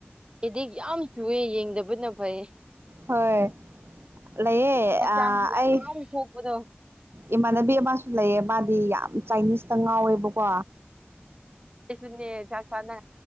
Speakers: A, on the right; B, on the right.
A: ꯑꯦꯗꯤꯛ ꯌꯥꯝ ꯆꯨꯏꯌꯦ ꯌꯦꯡꯗꯕꯅ ꯐꯩ
B: ꯍꯣꯏ ꯂꯩꯌꯦ
A: ꯍꯛꯆꯥꯡꯁꯨ
B: ꯑꯥ
A: ꯌꯥꯝ
B: ꯑꯩ
A: ꯁꯣꯛꯄꯗꯣ
B: ꯏꯃꯥꯟꯅꯕꯤ ꯑꯃꯁꯨ ꯂꯩꯌꯦ ꯃꯥꯗꯤ ꯌꯥꯝ ꯆꯥꯏꯅꯤꯁꯇ ꯉꯥꯎꯋꯦꯕꯀꯣ
A: ꯑꯩꯁꯨꯅꯦ ꯆꯥꯛ ꯆꯥꯟꯅ